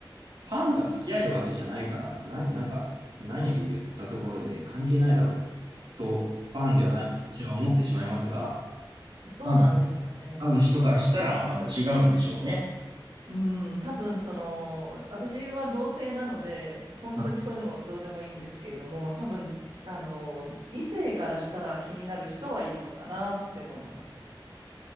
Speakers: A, on the right; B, on the right.
A: ファンが付き合えるわけじゃないから、な、なんか、何を言ったところで関係ないだろうと、ファンではないと私は思ってしまいますが、
B: そうなんですよね。
A: ファンファンの人からしたらまた違うんでしょうね。
B: うん、多分その、私は同性なので、本当にそういうのどうでもいいんですけれども、
A: はい
B: 多分、あの、異性からしたら気になる人はいるのかなって思います。